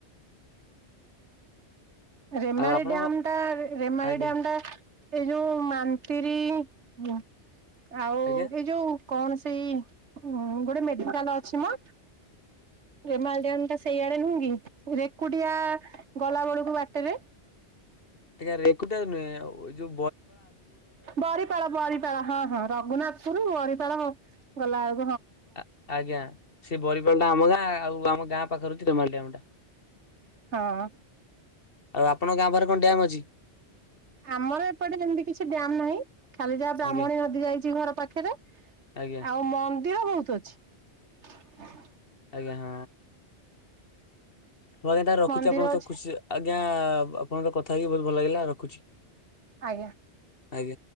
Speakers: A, on the right; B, on the left.
A: ରେମାଳ
B: ଆଉ ଆପଣଙ୍କ
A: ଡ୍ୟାମ ଟା ରେମାଳି
B: ଆଜ୍ଞା
A: ଡ୍ୟାମ ଟା ଏଇ ଯୋଉ ମାଣତିରୀ ଇଆ ଆଉ
B: ଆଜ୍ଞା।
A: ଏଇ ଯୋଉ କଣ ସେଇ ଗୋଟେ ମେଡିକାଲ ଅଛି ମ? ରେମାଳ ଡ୍ୟାମଟା ସେଇଆଡେ ନୁହଁ କି? ରେକୁଟିଆ ଗଲା ବେଳକୁ ବାଟରେ।
B: ଆଜ୍ଞା ରେକୁଟିଆରେ ନୁହେଁ ଆଉ ଯୋ
A: ବରିପାଳ ବରିପାଳ ହଁ ହଁ ରଘୁନାଥପୁରୁ ବରିପାଳ ଗଲାବେଳ
B: ଆ ଆଜ୍ଞା ସେ ବରିପାଳ ଟା ଆମ ଗାଁ ଆଉ ଆମ ଗାଁ ପାଖରେ <unintelligible> ଳଡେମ୍ ଟା। <inaudible>
A: ହଁ।
B: ଆଉ ଆପ କାରକଣ ଡ୍ୟାମ୍ ଅଛି?
A: ଆମର ଏପଟେ ସେମିତି କିଛି ଡ୍ୟାମ ନାହିଁ ଖାଲି ଯାହା ବ୍ରାହ୍ମଣୀ
B: ଆଜ୍ଞା
A: ନଦୀ ଯାଇଛି ଘର ପାଖରେ।
B: ଆଜ୍ଞା
A: ଆଉ ମନ୍ଦିର ବହୁତ ଅଛି।
B: ଆଜ୍ଞା ହଁ ମୁଁ ଆଜ୍ଞା ତା ରଖୁଛି
A: ମନ୍ଦିର
B: ଆପଣଙ୍କ ତ
A: ଅଛି
B: ଖୁସି ଆଜ୍ଞା ଆଜ୍ଞା ଆପଣଙ୍କର କଥା ହେଇକି ବହୁତ ଭଲ ଲାଗିଲା ରଖୁଛି।
A: ଆଜ୍ଞା।
B: ଆଜ୍ଞା।